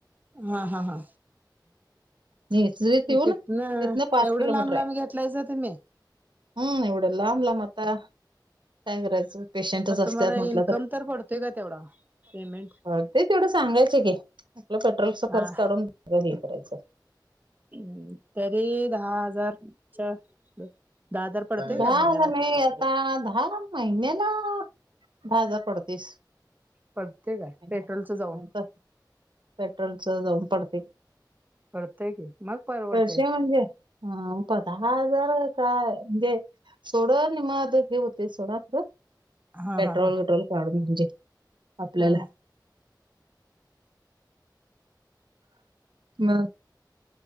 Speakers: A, on the right (about 20°); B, on the right (about 85°).
A: हा, हा, हा,
B: निसरीत येऊन
A: म तिथ ना,
B: तिथनं पाच
A: एवढं
B: किलोमीटर
A: लांब, लांब
B: आहे.
A: घेतलाययसा तुम्ही
B: हम्म एवढं लांब लाब, आता काय करायचं, पेशंटच
A: मग
B: असतात
A: तुम्हाला
B: म्हटलं
A: इन्कम
B: तर
A: पडतोय का तेवढा पेमेंट
B: पळ ते तेवढं सांगायच की, आपलं पेट्रोलचा
A: हा
B: खर्च काढून. हे करायचं.
A: हम्, तरी दहा हजारच्या दहा हजार पडतोय
B: दहा
A: का महिन्याला
B: हजार नाही. आता दहा महिन्या ला, दहा हजार पडतीस.
A: पडतय काय
B: <unintelligible>
A: पेट्रोलच जाऊन
B: पेट्रोलच जाऊन पडतयं
A: पडतय की मग परवडतय
B: पैसे म्हणजे हा प दहा हजार म्हणजे जे थोड निम आद हे होतयच सोडा खरं.
A: हा
B: पेट्रोल
A: हा हा
B: विेट्रोल काढून म्हणजे आपल्याला
A: हा
B: मग